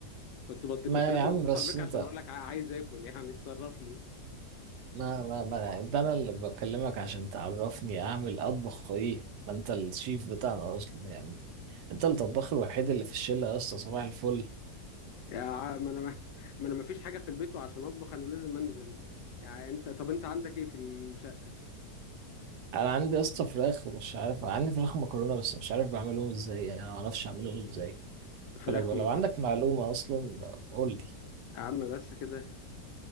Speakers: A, on the left; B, on the right.
A: كنت بط...
B: ما
A: كنت لسه
B: يا عم
A: بتصل
B: بس
A: بيك
B: انت
A: عشان اقول لك ع- عايز اكل يعني تصرف لي
B: ما ما ما انت انا اللي بكلمك عشان تعرفني اعمل اطبخ ايه ما انت الشيف بتاعنا اصلا يعني انت الطباخ الوحيد اللي في الشله يا اسطى صباح الفل
A: يا ع- ما انا ما <laughs> انا ما فيش حاجه في البيت وعشان اطبخ انا لازم انزل يعني انت طب انت عندك ايه في الشقه
B: انا عندي يا اسطى فراخ ومش عارف عندي فراخ مكرونه بس مش عارف بعملهم ازاي يعني انا ما اعرفش اعملهم ازاي
A: فراخ
B: فلو
A: ومكرونه
B: لو عندك معلومه اصلا قول لي
A: يا عم بس كده